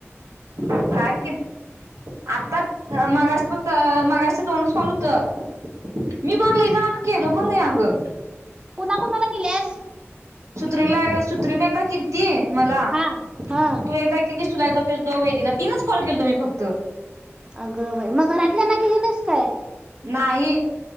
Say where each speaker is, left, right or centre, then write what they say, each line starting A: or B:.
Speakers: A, on the right (about 80°); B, on the right (about 20°).
A: काय माहीत. आता मगासप्त मगास्चेन दोनच कॉल होत. मी कोणला लय जणांना केलं पण नाही अगं.
B: कुणा कुणाला केल्यास.
A: सुत्रीला सुत्रीने एकदा केलती मला,
B: हा हा
A: तू एकदा तुला एकदा केलतो वेदिला तीनच केलतो मी फक्त.
B: अगं बाई मग घरातल्याना केली नाईस काय?
A: नांही.